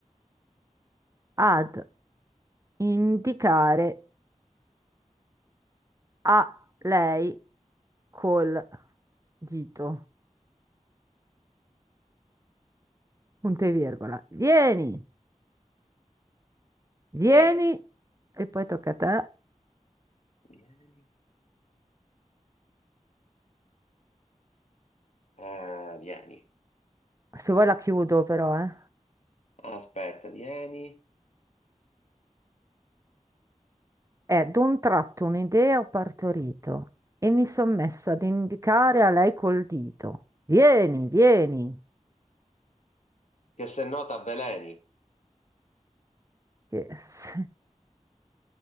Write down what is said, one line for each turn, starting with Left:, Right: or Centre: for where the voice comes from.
Right: ad indicare a lei col dito. Punto e virgola. Vieni, vieni
Left: Vieni,
Right: e poi tocca a te.
Left: vieni. Eh, vieni.
Right: Se vuoi la chiudo però, eh.
Left: Aspetta, vieni.
Right: È d'un tratto un'idea ho partorito e mi son messo ad indicare a lei col dito. Vieni, vieni.
Left: Che se no t'avveleni.
Right: Che... se-